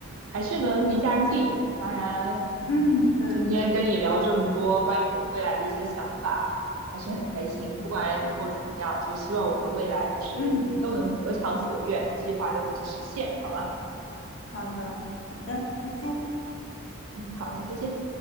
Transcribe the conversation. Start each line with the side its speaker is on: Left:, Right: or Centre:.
Right: 还是能离家人近一点。当然，
Left: 嗯，
Right: 嗯，
Left: 对对，
Right: 今天跟你聊这么多关于我们未来的一些想法。还是很开心。
Left: 嗯
Right: 不管以后怎么样，就希望我们未来就是都能得偿所愿，
Left: 嗯，
Right: 计划都能实现，好吧？
Left: 好的好的，再见。
Right: 哦，嗯，好，那再见。